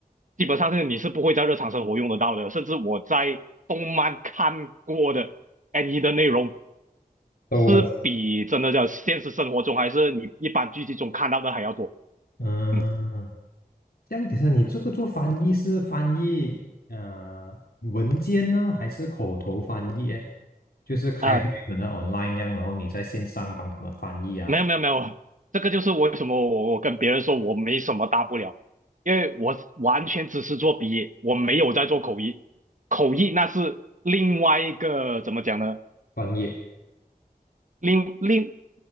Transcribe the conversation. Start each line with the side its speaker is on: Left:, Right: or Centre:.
Right: 基本上是你是不会在日常生活用得到的，甚至我在动漫看过的 N 一的内容
Left: 都很
Right: 是比真的叫现实生活中还是你一般剧集中看到的还要多，
Left: 嗯。
Right: 嗯
Left: 这样，等一下你这个做翻译是翻译呃文件呢，还是口头翻译诶就是开会可能
Right: 啊、
Left: online 这样，然后你在线上帮他们翻译啊，
Right: 没有没有没有，这个就是为什么我我跟别人说我没什么大不了，因为我完全只是做笔译，我没有在做口译，口译那是另外一个怎么讲呢？
Left: 翻译。
Right: 另另